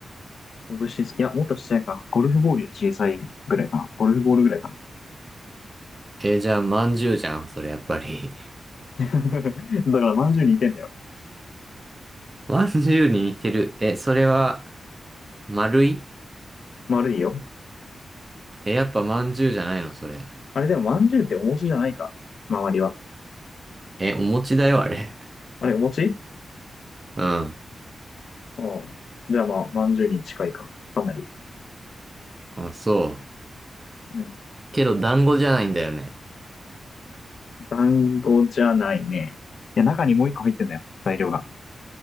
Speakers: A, on the left (about 65°); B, on the right (about 25°).
A: 拳、いや、もっと小さいか。ゴルフボールより小さいぐらいかな。ゴルフボールぐらいかな。
B: えーじゃあ、まんじゅうじゃん、それやっぱり。
A: <laughs> だから、まんじゅうに似てんだよ。
B: <laughs> まんじゅうに似てる。え、それは、丸い
A: 丸いよ。
B: え、やっぱまんじゅうじゃないの、それ。
A: あれでも、まんじゅうってお餅じゃないか。周りは。
B: え、お餅だよ、あれ。
A: あれ、お餅
B: <laughs> うん。
A: うん。じゃあまあ、まんじゅうに近いか。かなり。
B: あ、そ
A: うん。
B: う。けど、団子じゃないんだよね。
A: 団子じゃないね。いや、中にもう一個入ってんだよ。材料が。